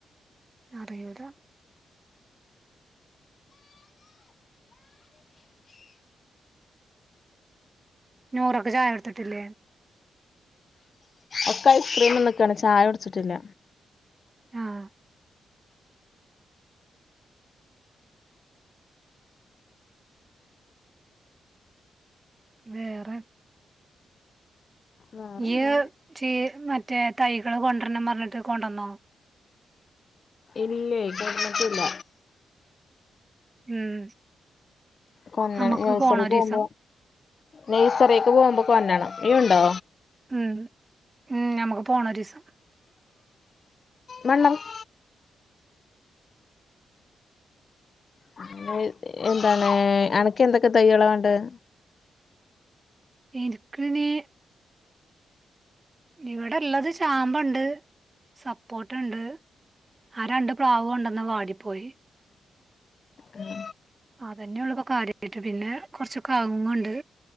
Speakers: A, on the right; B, on the left.
A: അറിയൂല്ല നൂറക്ക് ചായ കൊടുത്തിട്ടില്ലേ
B: ഒക്കെ ഐസ്ക്രീം തിന്നക്കാണ് ചായ കുടിച്ചിട്ടില്ല
A: ആഹ് വേറെ
B: വേറെന്താ
A: ഇയ്യ് ചീ മറ്റേ തൈകള് കൊണ്ടുവരണം പറഞ്ഞിട്ട് കൊണ്ടന്നോ
B: ഇല്ലയ് കൊട്ന്നിട്ടില്ല
A: ഉം
B: കൊന്നണം
A: നമുക്ക്
B: നഴ്സറി
A: പോണൊരീസം
B: പോകുമ്പോ നഴ്സറിക്ക് പോകുമ്പോ കൊന്നണം ഇയ്യ്ണ്ടോ
A: ഉം ഉം നമുക്ക് പോണം ഒരൂസം
B: നല്ലത് <unintelligible> എന്താണ് അണക്ക് എന്തൊക്കെ തൈകളാ വാണ്ടത്
A: ഇൻക്ക്ണീ ഇവിടെള്ളത് ചാമ്പണ്ട് സപ്പോട്ടണ്ട് ആ രണ്ട് പ്ലാവ് കൊണ്ടന്നത് വാടിപ്പോയി
B: ഉം
A: അതന്നെ ഉള്ളൂ ഇപ്പൊ കാര്യയിട്ട് പിന്നെ കൊറച്ച് കവുങ്ങ്ണ്ട്